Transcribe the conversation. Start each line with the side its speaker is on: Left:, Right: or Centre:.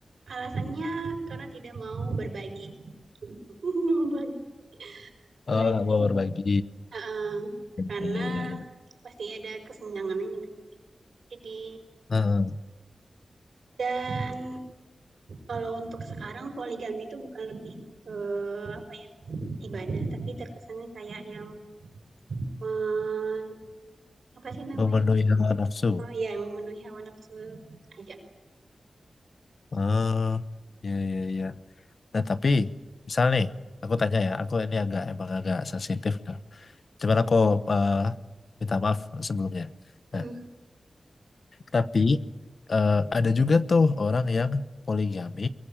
Right: Alasannya karena tidak mau berbagi, <laughs> membagi membagi
Left: Oh, nggak mau berbagi.
Right: Heeh, karena
Left: Ya ya ya ya.
Right: pasti ada kesenjangannya nih. Jadi
Left: Eh,
Right: dan kalau untuk sekarang poligami itu bukan lebih ke apa ya, ibadah, tapi terkesannya kayak yang men apa sih namanya,
Left: memenuhi hawa nafsu.
Right: oh iya memenuhi hawa nafsu aja.
Left: Oh, ya ya ya. Nah tapi misal nih, aku tanya ya, aku ini agak emang agak sensitif. Nah. Cuman aku eh, minta maaf sebelumnya.
Right: Mhm.
Left: Nah, Tapi eh, ada juga tuh orang yang poligami